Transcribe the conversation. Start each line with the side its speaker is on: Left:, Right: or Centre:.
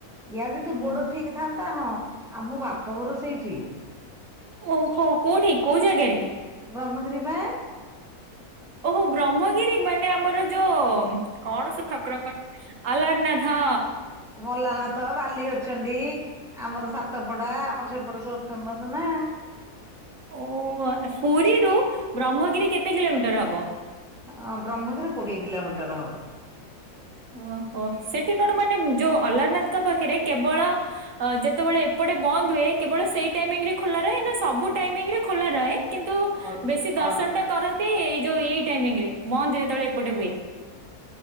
Centre: ୟାର ଯଦି
Right: ହଁ
Centre: ଗୋଡ ଠିକ ଥାନ୍ତା ହଁ ଆଉମୋ ବାପଘର ସେଇଠି।
Right: ଓହୋ କୋଉଠି କୋଉ ଜାଗାରେ?
Centre: ବ୍ରହ୍ମଗିରି ବା?
Right: ଓହୋ ବ୍ରହ୍ମଗିରି ମାନେ ଆମର ଯୋଉ କଣ ସେ ଠାକୁରଙ୍କ ଆଲା ନାହଁ।
Centre: ମଲା ଭାତବାଲି ହରିଛନ୍ତି। ଏଇ ଆମର ସାତପଡା ଆମର ସେପଟେ ସବୁ ଫେମସ ନା।
Right: ଓ ପୁରୀରୁ ବ୍ରହ୍ମଗିରି କେତେ କିଲୋମିଟର ହବ?
Centre: ହଁ ବ୍ରହ୍ମଗିର କୋଡିଏ କିଲୋମିଟର ହବ।
Right: ଓହୋ ସେଠି କଣ ମାନେ ଯୋଉ ଅ୍ଲାରନାଥଙ୍କ ପାଖରେ କେବଳ ଯେତେବେଳେ ଗୋଟେ ବନ୍ଦ ହୁଏ କେବଳ ସେଇ ଟାଇମ ରେ ଖୋଲା ରହେ ନା ସବୁ ଟାଇମିଂ ରେ ଖୋଲା ର କିନ୍ତୁ
Centre: ଅଲ
Right: ବେଶୀ ଦର୍ଶନ
Centre: ଅଲ
Right: ଟା କରନ୍ତି ଏଇ ଯୋଉ ଏଇ ଟାଇମିଂରେ ମନ୍ଦିର ତଳେ ଏପଟେ ହୁଏ।